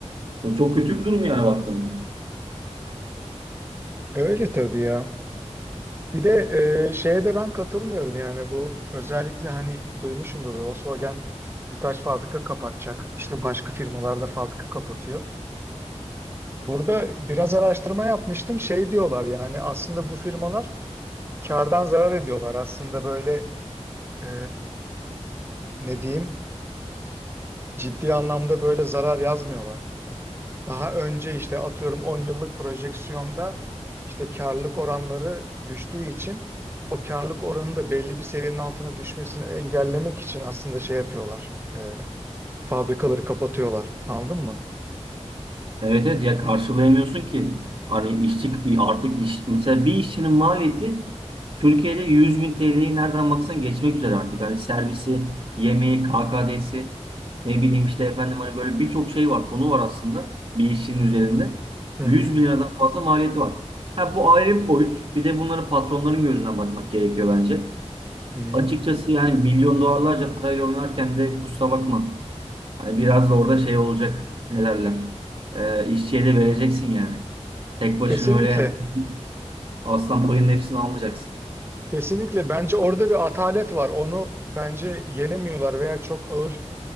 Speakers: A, on the right (about 50°); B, on the right (about 20°).
A: Bu çok kötü bir durum yani baktığında.
B: Öyle tabii ya. Bir de e, şeye de ben katılmıyorum yani bu özellikle hani duymuşsundur Volkswagen birkaç fabrika kapatacak. İşte başka firmalarda fabrika kapatıyor. Burada biraz araştırma yapmıştım. Şey diyorlar yani aslında bu firmalar kardan zarar ediyorlar. Aslında böyle e, ne diyeyim ciddi anlamda böyle zarar yazmıyorlar. Daha önce işte atıyorum 10 yıllık projeksiyonda işte karlılık oranları düştüğü için o karlılık oranı da belli bir seviyenin altına düşmesini engellemek için aslında şey yapıyorlar. E, fabrikaları kapatıyorlar. Anladın mı?
A: Evet evet ya karşılayamıyorsun ki. Hani işçi artık iş, mesela bir işçinin maliyeti Türkiye'de yüz bin TL'yi nereden baksan geçmek üzere artık. Hani servisi, yemeği, KKD'si ne bileyim işte efendim hani böyle birçok şey var, konu var aslında bir işçinin üzerinde.
B: Hı
A: yüz
B: hı.
A: bin liradan fazla maliyeti var. Ha bu ayrı bir boyut. Bir de bunları patronların gözünden bakmak gerekiyor bence.
B: Hı hı.
A: Açıkçası yani milyon dolarlarca parayla oynarken de kusura bakma. Hani biraz da orada şey olacak. Ne derler? Ee, işçiye de vereceksin yani. Tek başına
B: Kesinlikle.
A: öyle aslan payının hepsini almayacaksın.
B: Kesinlikle. Bence orada bir atalet var. Onu bence yenemiyorlar veya çok ağır